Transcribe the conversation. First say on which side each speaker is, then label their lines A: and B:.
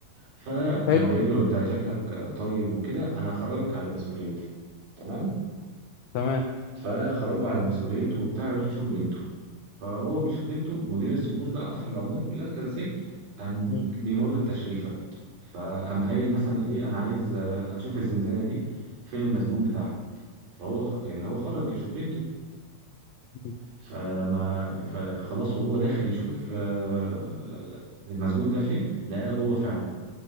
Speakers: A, on the right; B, on the left.
A: فقام
B: حلو
A: قايل
B: ده.
A: له انت شكلك طيب وكده انا هخرجك على مسؤوليتي تمام
B: تمام
A: فخرجه على مسؤوليته وبتاع يروح يشوف بنته فهو بيشوف بنته مدير السجون بقى في العموم كلها كذا سجن قام
B: مم.
A: بيمر التشريفة فقام قايل مثلا ايه انا عايز آه، اشوف الزنزانة دي فين المسجون بتاعها فهو خ- يعني هو خرج يشوف بنته
B: مم.
A: فلما فخلاص وهو داخل يشوف آه، المسجون ده فين لقاه جوه فعلا